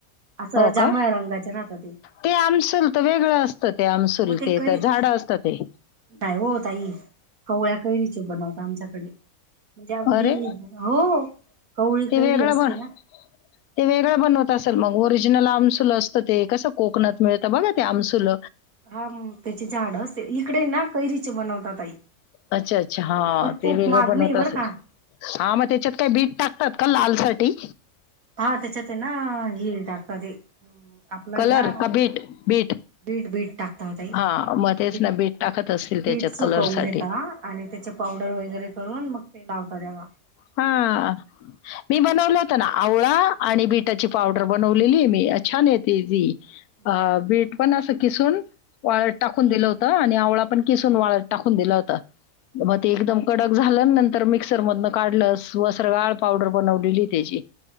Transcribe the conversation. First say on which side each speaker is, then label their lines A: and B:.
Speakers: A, on the right; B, on the left.
A: असं
B: हो
A: जांभळ्या
B: का
A: रंगाचे राहतात
B: ते आमसूल तर वेगळं असतात, ते आमसुल
A: मग
B: ते
A: काही
B: तर झाड असत ते
A: नाही हो ताई कवळ्या कैरीची बनवता आमच्याकडे म्हणजे अगदी
B: अरे
A: हो कवळी
B: ते
A: कैरी
B: वेगळं
A: असते
B: बनते
A: ना
B: वेगळ बनवत असेल मग ओरिजनल ओरिजनल आमसूल असतं ते कसं कोकणात मिळतं बघा ते आमसुल
A: हा मग त्याचे झाड असेल इकडे ना कैरीचे बनवतात ताई
B: अच्छा अच्छा हा
A: पण खूप
B: ते वेगळं
A: मागणी
B: बनवत
A: बरं
B: असेल
A: का
B: हा मग त्याच्यात काय बीट टाकतात. का लाल साठी
A: हा त्याच्यात आहे ना हे टाकतात ते आपलं
B: कलर
A: ना
B: का बीट बीट
A: बीट बीट टाकता होता
B: हां, मग तेच
A: ताई
B: ना बीट टाकत असतील त्याच्यात
A: बीट सुकवून
B: कलरसाठी.
A: घेता आणि त्याचे पावडर वगैरे करून मग ते लावतात. कर मग
B: हा मी बनवलं होत ना आवळा आणि बीटाची पावडर बनवलेली आहे मी छान येत ती
A: हम्म
B: अ बीट पण अस किसून वाळत
A: हम्म
B: टाकून दिलं होत. आणि आवळा पण किसून वाळून टाकून दिला होता.
A: हम्म
B: मग ते एकदम कडक झाल. झाल नंतर मिक्सर मधून काढल वस्त्रगाळ पावडर बनवलेली त्याची